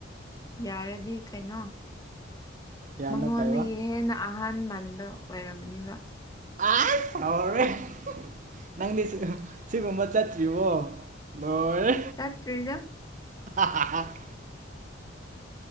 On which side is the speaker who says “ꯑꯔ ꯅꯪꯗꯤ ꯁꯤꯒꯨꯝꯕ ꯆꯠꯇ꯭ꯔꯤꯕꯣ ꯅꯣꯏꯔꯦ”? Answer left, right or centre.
Right